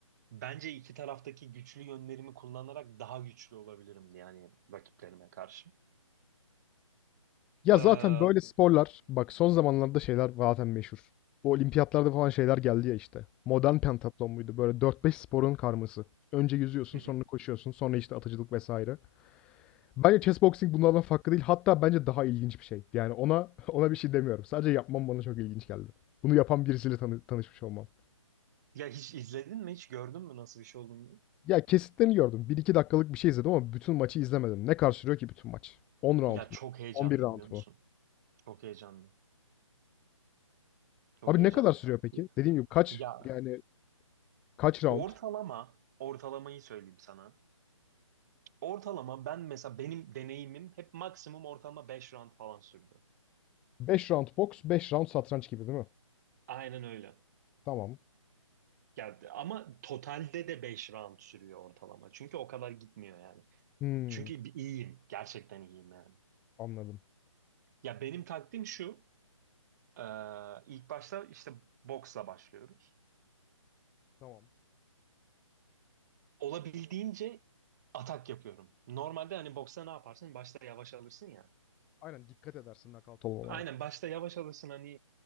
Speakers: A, on the right (about 30°); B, in the centre.
A: bence iki taraftaki güçlü yönlerimi kullanarak daha güçlü olabilirim yani rakiplerime karşı.
B: Ya
A: Ee, hı
B: zaten böyle sporlar bak son zamanlarda şeyler zaten meşhur. Bu olimpiyatlarda falan şeyler geldi ya işte. Modern pentatlon muydu? Böyle dört beş sporun karması. Önce yüzüyorsun,
A: hı.
B: sonra koşuyorsun, sonra işte atıcılık vesaire. Bence chess boxing bunlardan farklı değil. Hatta bence daha ilginç bir şey. Yani ona <laughs> ona bir şey demiyorum. Sadece yapmam bana çok ilginç geldi. Bunu yapan birisiyle tanı- tanışmış olmam.
A: Ya hiç izledin mi? Hiç gördün mü nasıl bir şey olduğunu?
B: Ya kesitlerini gördüm. Bir iki dakikalık bir şey izledim ama bütün maçı izlemedim. Ne kadar sürüyor ki bütün maç? 10 round
A: Ya çok
B: mu?
A: heyecanlı
B: 11 round
A: biliyor musun?
B: mu?
A: Çok heyecanlı. Çok
B: Abi
A: heyecanlı.
B: ne kadar sürüyor peki?
A: Ya,
B: Dediğim gibi kaç
A: ya
B: yani kaç round?
A: ortalama ortalamayı söyleyeyim sana. Ortalama ben mesela benim deneyimim hep maksimum ortalama 5 round falan sürdü.
B: 5 round boks, 5 round satranç gibi değil mi?
A: Aynen öyle.
B: Tamam.
A: Geldi. Ama totalde de 5 round sürüyor ortalama. Çünkü o kadar gitmiyor yani.
B: Hmm,
A: Çünkü bi- iyiyim. Gerçekten iyiyim yani.
B: anladım.
A: Ya benim taktiğim şu. e, ilk başta işte boksla başlıyoruz.
B: Tamam.
A: Olabildiğince atak yapıyorum. Normalde hani boksta ne yaparsın? Başta yavaş alırsın ya.
B: Aynen dikkat edersin nakavt olmamaya.
A: Aynen başta yavaş alırsın hani